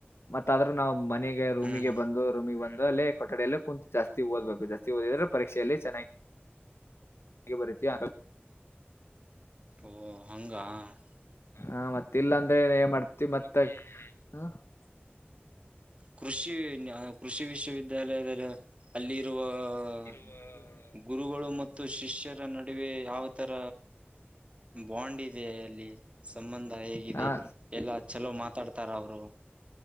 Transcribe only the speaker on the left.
ಮತ್ತ ಆದ್ರೂ ನಾವು ಮನೆಗೆ ರೂಮಿಗೆ
ಬಂದು ರೂಮಿಗೆ ಬಂದು ಅಲ್ಲೇ ಕೊಠಡಿಯಲ್ಲೇ <unintelligible> ಕುತ್ತ ಜಾಸ್ತಿ ಓದಬೇಕ ಜಾಸ್ತಿ ಓದಿದ್ರೆ ಪರೀಕ್ಷೆಯಲ್ಲಿ ಚೆನ್ನಾಗಿ ಬರೀತಿಯಾ? <inaudible> <unintelligible>
ಅ ಮತ್ತ ಇಲ್ಲ ಅಂದ್ರೆ ಏ ಮಾಡ್ತಿ ಮತ್ತ ಹ <unintelligible> <inaudible>
ಹ <unintelligible>
ಹ